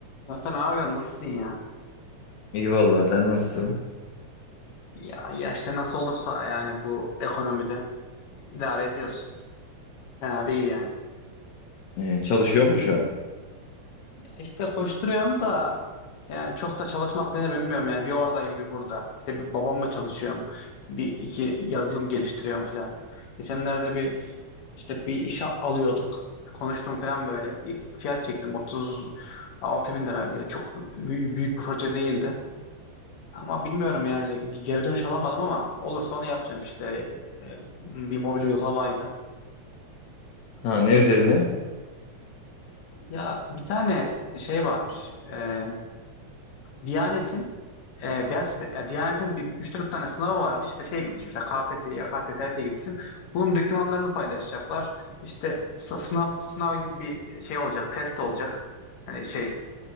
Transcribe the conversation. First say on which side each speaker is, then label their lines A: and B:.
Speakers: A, on the left; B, on the left.
A: Kanka ne yapıyorsun? Nasılsın ya?
B: İyi vallahi sen nasılsın?
A: Ya, ya işte nasıl olursa yani bu ekonomide idare ediyoruz. Fena değil yani.
B: Ee, çalışıyor mu şu an?
A: Ya işte koşturuyorum da yani çok da çalışmak denir mi bilmiyorum yani. Bir oradayım bir burada. İşte bir babamla çalışıyorum. Bir iki yazılım geliştiriyorum falan. Geçenlerde bir işte bir işe alıyorduk. Konuştum falan böyle. Bir fiyat çektim. 36 bin lira. Yani Çok büyük büyük bir proje değildi. Ama bilmiyorum yani geri dönüş alamadım ama olursa onu yapacağım işte E, bir mobil uygulamaydı.
B: Ha ne üzerine?
A: E, ya bir tane şey varmış E, Diyanet'in e, ders ve- e, Diyanet'in üç dört tane sınavı varmış. İşte şey gibi düşün. Mesela KPSS, YKS, TRT gibi düşün. Bunun dokümanlarını paylaşacaklar. İşte s- sınav sınav gibi bir şey olacak, test olacak. Hani şey